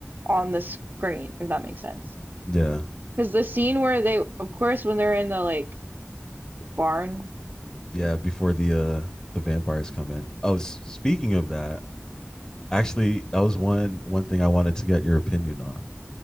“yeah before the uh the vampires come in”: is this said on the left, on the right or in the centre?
Left